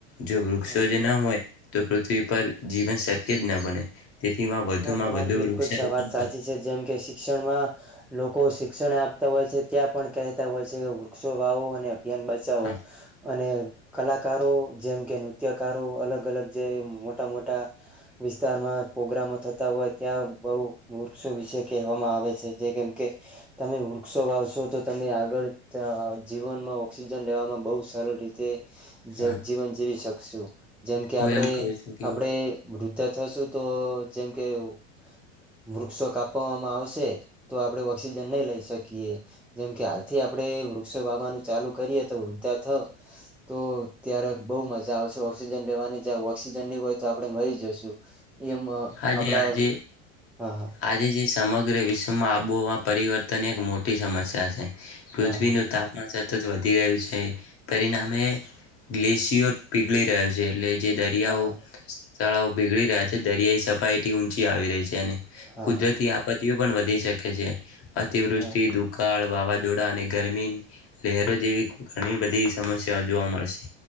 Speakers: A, on the left; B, in the centre.
A: જો વૃક્ષો
B: હા
A: જ ના હોય તો પૃથ્વી પર જીવન શક્ય જ ન બને. તેથીમાં વધુમાં
B: ના તમારી
A: વધુ
B: બિલકુલ
A: વૃક્ષ
B: વાત સાચી છે જેમ કે શિક્ષણમાં લોકો શિક શિક્ષણ આપતા હોય છે ત્યાં પણ કહેતા હોય છે કે વૃક્ષો વાવો અને ધ્યાન બચાવો
A: હા,
B: અને કલાકારો જેમ કે નૃત્યકારો અલગ અલગ જે મોટા મોટા વિસ્તારમાં પ્રગ્રામો થતા હોય ત્યાં બહુ વૃક્ષો વિશે કહેવામાં આવે છે જે કેમ કે તમે વૃક્ષો વાવશો તો તમે આગળ જીવનમાં ઓક્સિજન લેવામાં બહુ સરળ રીતે
A: હા.
B: જીવન જીવી શક શું. જેમ કે
A: હું
B: આપડે
A: એમ કહું છું કે
B: આપડે વૃદ્ધા થશું. તો જેમકે વૃક્ષો કાપવામાં આવશે તો આપડે ઓક્સિજન નહી લઈ શકીએ જેમકે હાલથી આપણે વૃક્ષો વાવાનું ચાલુ કરીએ તો વૃદ્ધા થ તો ત્યારે બહ મજા આવશે ઓક્સિજન લેવાની જ ઓક્સિજન ની હોય તો આપણે મરી જશું. એમ
A: આજે
B: આપડા
A: આજે
B: હા
A: આજે જે સમગ્ર વિશ્વમાં આબોહવા પરિવર્તન એક મોટી સમસ્યા છે. પૃથ્વીનું
B: હા
A: તાપમાન સતત વધી રહ્યું છે પરિણામ મે ગ્લેશિયર પીગળી રહ્યા છે એટલે જે દરિયાઓ
B: હા
A: તળાવો પીગળી રહ્યા છે દરિયાઈ સપાટી એ થી ઊંચી આવી રહી છે અને
B: હા
A: કુદરતી આપત એ પણ વધી શકે છે. અતિવૃષ્ટિ
B: હા
A: દુકાળ વાવા જોડા અને ગરમીની લહેરો જેવી ઘણી બધી સમસ્યા જોવા મળશે